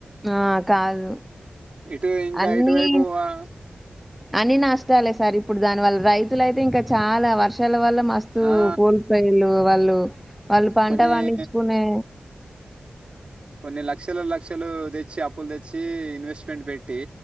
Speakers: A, in the centre; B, on the right.
A: ఆ కాదు
B: ఇటు ఇంకా
A: అన్ని
B: ఇటువైపు ఆ,
A: అన్ని నష్టాలే సార్ ఇప్పుడు దానివల్ల రైతు అయితే ఇంకా చాలా వర్ష క్షాల వల్ల మస్తు
B: ఆ,
A: కూలిపాయలు వాళ్ళు వాళ్ళు పంట
B: కొన్ని
A: పండించుకునే
B: కొన్ని లక్షలు లక్షలు తెచ్చి అప్పులు తెచ్చి ఇన్వెస్ట్మెంట్ పెట్టి